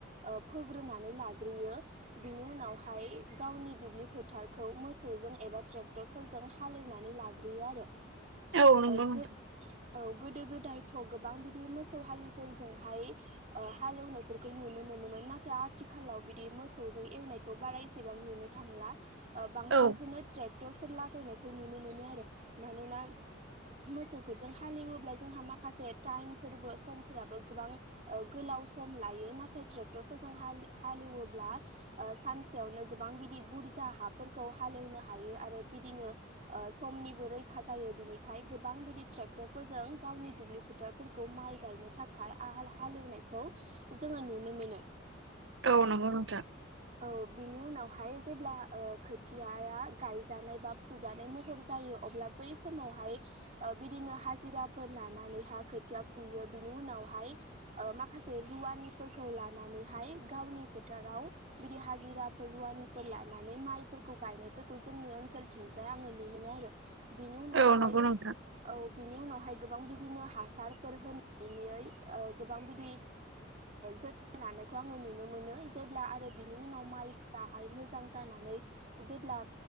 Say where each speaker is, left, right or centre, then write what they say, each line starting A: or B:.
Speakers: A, on the right (about 40°); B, on the right (about 70°).
A: ओ फोग्रोनानै लाग्रोयो बिनि उनावहाय गावनि दुब्लि फोथारखौ मोसौजों एबा ट्रेक्टरफोरजों हालेवनानै लाग्रोयो आरो
B: औ नंगौ
A: ओ
B: नोंथां
A: गो औ गोदो गोदायथ' गोबां बिदि मोसौ हालिफोरजोंहाय ओ हालेवनायफोरखौ नुनो मोनो मोनोमोन नाथाय आथिखालाव बिदि मोसौजों एवनायखौ बारा एसे एसेबां नुनो थांला ओ बांसिनखौनो
B: औ
A: ट्रेक्टर ट्रेक्टरफोर लागायनायखौ नुनो मोनो आरो मानोना मोसौफोरजों हालेवोब्ला जोंहा माखासे टाइमफोरबो समफोराबो गोबां गोलाव गोबां सम लायो नाथाय ट्रेक्टरफोरजों हाल हालएवोब्ला ससेयावनो गोबां बिदि बुरजा हाफोरखौ हालेवनो हायो आरो बिदिनो समनिबो रैखा जायो। बिनिखाय गोबां बिदि ट्रेक्टरफोरजों गावनि दुब्लि फोथारफोरखौ माइ गायनो थाखाय आ हारि हालेवनाइखौ जोङो नुनो मोन
B: औ नंगौ नोंथां
A: औ बिनि उनाव बेावहाय जेब्ला खोथिया गायजानाय बा फुजानाय महर जायो अब्ला बै समाव बिदिनो हिराफोर लानानै खोथिया फुयो बिनि उावहाय ओ माखासे रुवानिफोरखौ लानानैहाय गावनि फोथाराव बिदि हाजिराफोर रुवानि फोर लानानै माइफोरखौ गायनायफोरखौ जोंनि ओनसोलथिंजाय आङो नुनो मोनो आरो बिनि उनावहाय
B: औ नंगौ नोंथां
A: औ बिनि उनावहाय गोबां बिदिनो हासारफोर होना गोबां बिदि जोथोन लानो आङो नुनो मोनो जेब्ला आरो बिनि उनाव माइफोरा मोजां जानानै जेब्ला